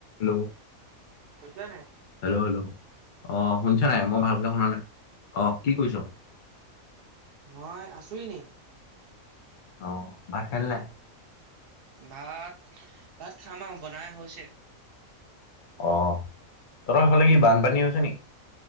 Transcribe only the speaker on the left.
ন ন
হেল্ল' হেল্ল' অ, শুনিছ নাই মই ভালকে শুনা নাই অ', কি কৈছ
অ ভাকলোই
অ তহত সেইফালে কি বানপানী হৈছে নেকি